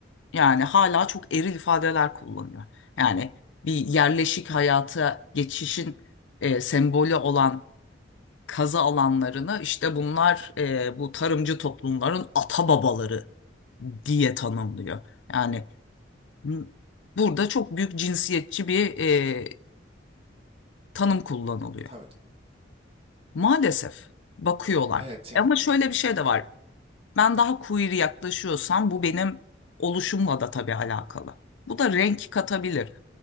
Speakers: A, on the left; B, on the right.
A: Yani hala çok eril ifadeler kullanıyor. Yani bir yerleşik hayata geçişin e, sembolü olan kazı alanlarını işte bunlar e, bu tarımcı toplumların ata babaları diye tanımlıyor. Yani m- burada çok büyük cinsiyetçi bir e, tanım kullanılıyor.
B: Tabii tabii.
A: Maalesef bakıyorlar.
B: Evet yani.
A: E, Ama şöyle bir şey de var. Ben daha queer yaklaşıyorsam bu benim oluşumla da tabii alakalı. Bu da renk katabilir.